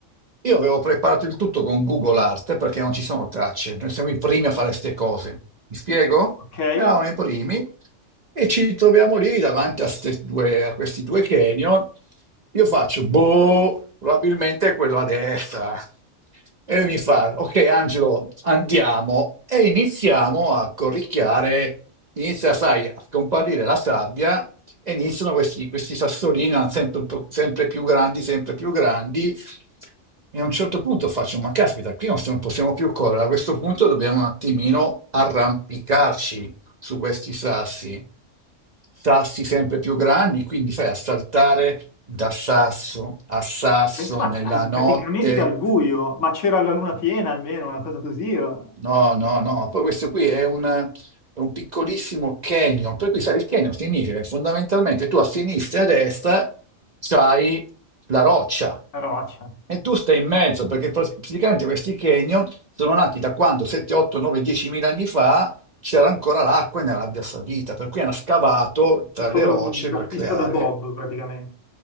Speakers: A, on the right (about 45°); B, on the left (about 70°).
A: Io avevo preparato il tutto con Google Art perché non ci sono tracce, noi siamo i primi a fare queste cose. Mi spiego?
B: ok.
A: Eravamo i primi
B: E
A: e ci troviamo lì davanti a, ste due- a questi due canyon. Io faccio, boh, probabilmente è quello a destra. E lui mi fa, ok Angelo, andiamo. E iniziamo a corricchiare, inizia, sai, a scomparire la sabbia e iniziano questi, questi sassolini ah, sempre, un po', sempre più grandi, sempre più grandi. E a un certo punto faccio, ma caspita, qui non s- non possiamo più correre, a questo punto dobbiamo un attimino arrampicarci su questi sassi. Sassi sempre più grandi, quindi sai, a saltare da sasso a sasso
B: Infatti,
A: nella
B: al-
A: notte.
B: praticamente al buio, ma c'era la luna piena almeno, una cosa così, o-
A: No, no, no, poi questo qui è un, è un piccolissimo canyon, per cui sai, il canyon significa che fondamentalmente tu a sinistra e a destra c'hai la roccia
B: una roccia.
A: e tu stai in mezzo, perché pr- praticamente questi canyon sono nati da quando 7, 8, 9, 10 mila anni fa c'era ancora l'acqua nell'Arabia Saudita, per cui hanno scavato tra
B: È come
A: le rocce
B: un- una
A: per
B: pista
A: creare.
B: da bob, praticamente.